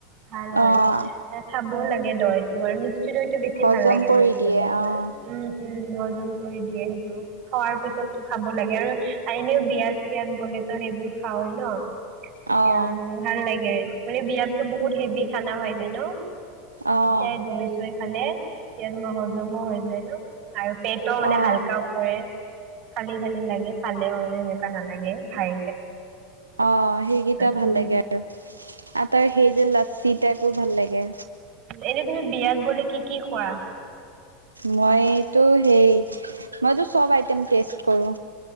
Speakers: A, on the right (about 40°); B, on the right (about 90°).
A: ভাল হয়
B: অ'
A: আৰু খাবও লাগে দৱাইটো আৰু মি <unintelligible> টো বেছি
B: হজম
A: ভাল লাগে
B: কৰি
A: মোক
B: দিয়ে
A: মানে
B: অ'।
A: তোমাৰ উম, উম, হজম কৰি দিয়ে সেইটো খোৱাৰ পিছতো খাব লাগে আৰু এনেও বিয়া ইয়াত গ'লেতো সেইবোৰ খাওয়ে ন'
B: অ',
A: তেতিয়া মানে ভাল লাগে মানে বিয়াতো বহুত হেভি খানা হয় যায় ন'।
B: অ'।
A: তেতিয়াই দৈ চৈ খালে তেতিয়া তোমাৰ হজমো হৈ যায় ন'। আৰু পেটো মানে
B: অ',
A: হালকাও পৰে খালি খালি লাগে খালেও মানে নালাগে ভাই
B: অ' সেইগিটা
A: উম
B: ভাল লাগে আৰু, আৰু তাৰ সেই যে লাচচি টাইপ খুব ভাল লাগে।
A: এনেই তুমি বিয়াত গ'লে, কি কি খোৱা?
B: মইটো সেই মইটো চব আইটেম টেষ্ট কৰোঁ।